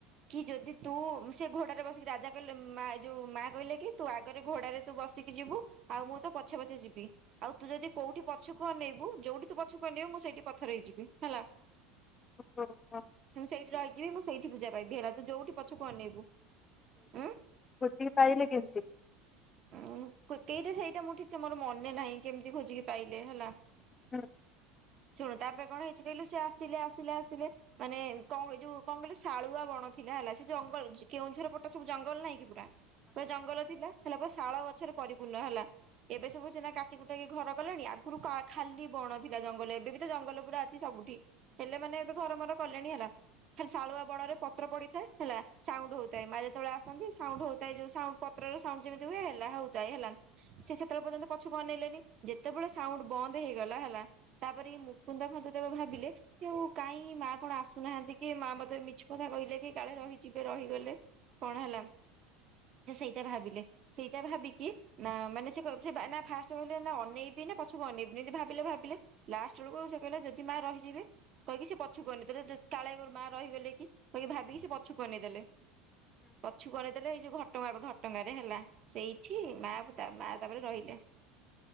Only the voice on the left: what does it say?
ଓହୋ।
ଖୋଜିକି ପାଇଲେ କେମିତି?
ହୁଁ।